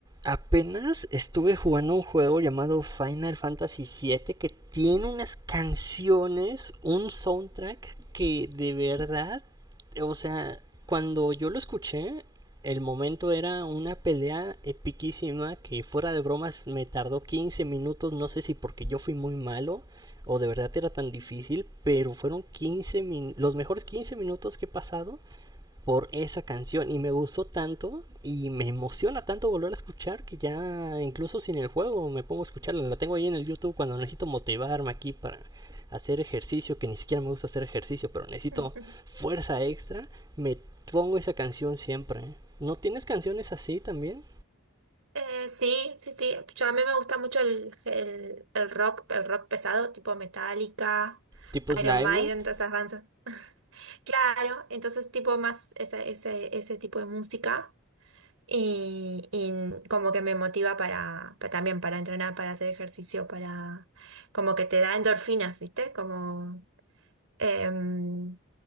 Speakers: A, on the right; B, on the right.
A: Apenas estuve jugando un juego llamado Final Fantasy siete que tiene unas canciones, un soundtrack que de verdad, o sea, cuando yo lo escuché, el momento era una pelea epiquísima que fuera de bromas me tardó 15 minutos, no sé si porque yo fui muy malo o de verdad era tan difícil, pero fueron quince min- los mejores 15 minutos que he pasado por esa canción y me gustó tanto y me emociona tanto volver a escuchar que ya incluso sin el juego me pongo a escucharla. La tengo ahí en el YouTube cuando necesito motivarme aquí para hacer ejercicio, que ni siquiera me gusta hacer ejercicio, pero necesito
B: <laughs> Ujú.
A: fuerza extra, me pongo esa canción siempre. ¿eh? ¿No tienes canciones así también?
B: Eh, sí, sí, sí. Yo, a mí me gusta mucho el, el, el rock, el rock pesado, tipo Metallica,
A: Tipo Slime
B: Iron Maiden,
A: Note
B: todas esas bandas. Claro, entonces tipo más ese, ese, ese tipo de música y, y como que me motiva para, pa- también para entrenar, para hacer ejercicio, para como que te da endorfinas, ¿viste? Como em,